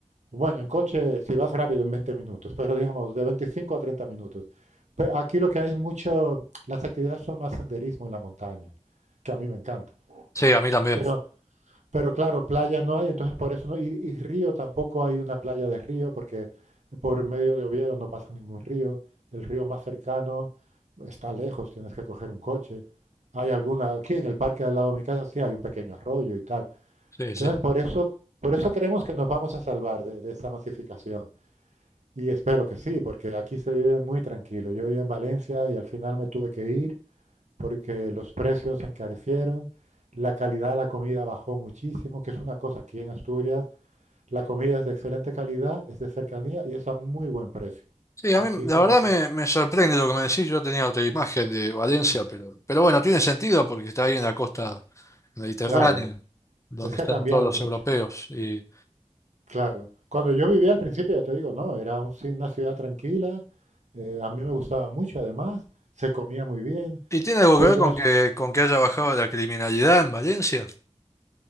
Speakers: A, on the right; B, on the left.
A: Bueno, en coche si vas rápido en 20 minutos, pero digamos de 25 a 30 minutos. Pe- aquí lo que hay es mucho, las actividades son más senderismo en la montaña, que a mí me encanta.
B: Sí, a mí también.
A: Pero pero claro, playa no hay, entonces por eso no. Y, y río tampoco hay una playa de río, porque por medio de Oviedo no pasa ningún río. El río más cercano está lejos, tienes que coger un coche. Hay alguna, aquí en el parque al lado de mi casa sí hay un pequeño arroyo y tal.
B: Sí,
A: Entonces
B: sí.
A: por eso, por eso creemos que nos vamos a salvar de, de esa masificación. Y espero que sí, porque aquí se vive muy tranquilo. Yo vivía en Valencia y al final me tuve que ir porque los precios se encarecieron, la calidad de la comida bajó muchísimo, que es una cosa aquí en Asturias, la comida es de excelente calidad, es de cercanía y es a muy buen precio.
B: Sí, a
A: Aquí
B: mí la
A: sí
B: verdad
A: que tú.
B: me, me sorprende lo que me decís. Yo tenía otra imagen de Valencia, pero, pero bueno, tiene sentido porque está ahí en la costa mediterránea,
A: Claro,
B: donde
A: es que
B: están
A: ha cambiado
B: todos los
A: mucho,
B: europeos. Y,
A: claro. Cuando yo vivía al principio, ya te digo, no, era un ci- una ciudad tranquila, eh, a mí me gustaba mucho además, se comía muy bien,
B: y tiene algo
A: pero
B: que ver con
A: es
B: que, con que haya bajado la criminalidad en Valencia.